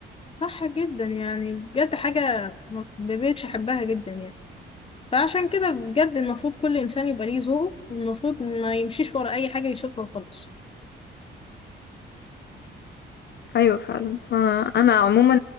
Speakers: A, on the left (about 30°); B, on the left (about 60°).
A: صح جدا يعني بجد حاجة ما ما بقتش أحبها جدا يعني فعشان كده بجد المفروض كل إنسان يبقى ليه ذوق والمفروض ما يمشيش ورا أي حاجة يشوفها وخلاص
B: ايوه فعلا فانا عموما